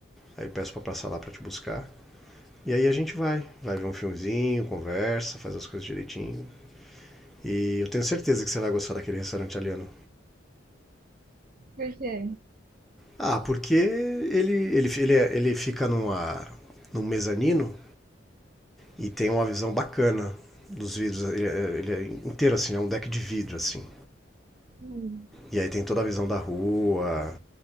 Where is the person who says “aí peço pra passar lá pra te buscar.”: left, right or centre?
Centre